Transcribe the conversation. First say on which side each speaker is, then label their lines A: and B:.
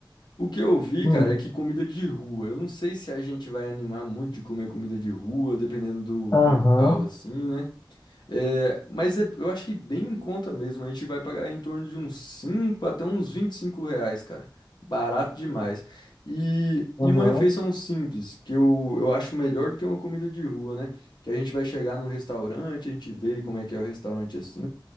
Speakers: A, on the left; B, on the left.
A: O que eu vi,
B: hum.
A: cara, é que comida de rua. Eu não sei se a gente vai animar muito de comer comida de rua, dependendo do,
B: Aham,
A: do local, assim, né? É, mas é- eu achei bem em conta mesmo. A gente vai pagar em torno de uns 5 até uns 25 reais, cara. Barato demais. E,
B: aham.
A: e uma refeição simples, que eu, eu acho melhor do que uma comida de rua, né? Que a gente vai chegar num restaurante, a gente vê como é que é o restaurante assim.